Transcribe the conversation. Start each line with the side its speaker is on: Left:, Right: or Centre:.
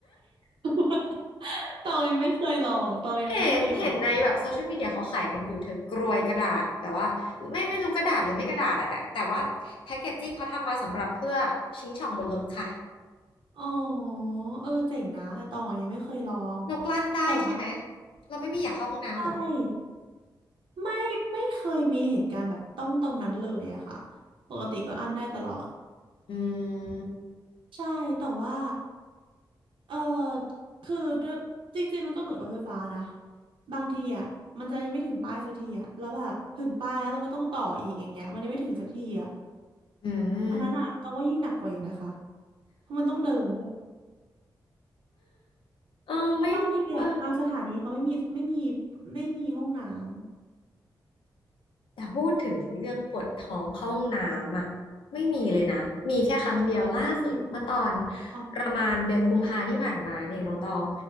Right: <laughs> ตองยังไม่เคยลองตองยังไม่เคยลอง
Left: เห็นเห็นในแบบโซเชียลมีเดียเขาขายกันอยู่เธอกรวยกระดาษแต่ว่าไม่ไม่รู้กระดาษหรือไม่กระดาษอะแต่แต่ว่าแพ็กเกจจิ้งเขาทำมาสำหรับเพื่อชิงช่องบนรถค่ะ
Right: อ๋อเออเจ๋งนะแต่ตองอะยังไม่เคยลอง
Left: นกลั่นได้ใช่ไหม
Right: แต่ว่า
Left: เราไม่มีอยากเข้าห้องน้ำหรอก
Right: ใช่ไม่ไม่เคยมีเหตุการณ์แบบต้องตรงนั้นเลยอะค่ะปกติก็อั้นได้ตลอด
Left: อืม
Right: ใช่แต่ว่าเออคือด้วยจริงๆมันก็เหมือนรถไฟฟ้านะบางทีอ่ะมันจะยังไม่ถึงป้ายสักทีอ่ะแล้วแบบถึงป้ายแล้วเราก็ต้องต่ออีกอย่างเงี้ยมันยังไม่ถึงสักทีอ่ะ
Left: อืม
Right: อันนั้นอ่ะต้องว่ายิ่งหนักกว่าอีกนะคะเพราะมันต้องเดินด้วย
Left: เออไม่รู้ว่า
Right: เพราะบางทีอ่ะบางสถานีเขาไม่มีไม่มีไม่มีห้องน้ำ
Left: แต่พูดถึงเรื่องปวดท้องเข้าห้องน้ำอ่ะไม่มีเลยนะมีแค่ครั้งเดียวล่าสุดเมื่อตอน
Right: ใช่อ๋อ
Left: ประมาณเดือนกุมภาที่ผ่านมาเนี่ยน้องตอง